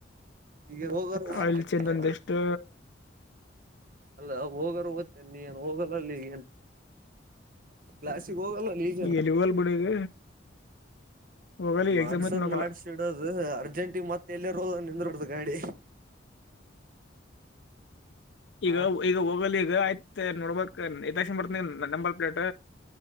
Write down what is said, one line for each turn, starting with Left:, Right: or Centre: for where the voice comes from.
Right: ಈಗ ಹೋಗರ
Left: ಆ
Right: ಓದ್ತೇನಿ
Left: ಇಲ್ಲಿ ಚೆಂದಂದ
Right: ಏನ
Left: ಎಷ್ಟು
Right: ಅಲ್ಲ ಹೋಗರು ತ್ತೇ ನೀ ಏನ್ ಹೋಗಲ್ಲಲ್ಲಿ ಏನ್ ಕ್ಾ ಹೋಗಲ್ಲ ನೀಗೇನು
Left: ಈಗ ಎಲ್ಲಿ ಹೋಗಲ್ ಬಿಡು ಈಗ ಹೋಗಲ್ಲ
Right: ಹ್ಮ್ ಮಾಡ್ಸದ್
Left: ಎಕ್ಸಾಮ್ ಐತಿ ಹೋಗಲ್ಲ
Right: ಮಾಡ್ಸ ಇಡೋದು ಅರ್ಜೆಂಟಿನ್ ಮತ್ತೆ ಎಲ್ಲಿ ೋದ ನಿಂದ ಹೊಡ್ದ ಗಾಡಿ
Left: ಈಗ
Right: ಹಾ
Left: ಈಗ ಹೋಗಲಿ ಈಗ ಆಯ್ತ ನೋಡ್ಬ ಕ್ಷಣ ಬರ್ತನ ನಂಬಲ್ ಪ್ಲೇಟ್